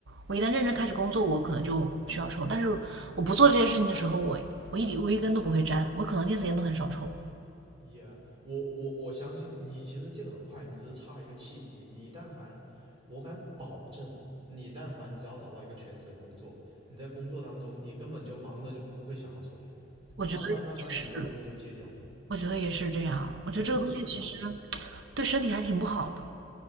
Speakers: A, on the right (about 65°); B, on the right (about 30°).
A: 我一旦认真开始工作，我可能就需要抽。但是我不做这些事情的时候，我我一点，我一根都不会沾，我可能电子烟都很少抽。
B: 也、我我我相信你其实戒得很快，你只是差一个契机。你但凡，我敢保证，你但凡只要找到一个全职工作，你在工作当中，你根本就忙的就不会想要抽烟，
A: 我觉得也是，
B: 你慢慢慢慢你就你就戒掉了，
A: 我觉得也是这样。我觉得这个东西其实
B: 真的是这个样子。
A: <tsk> 对身体还挺不好的。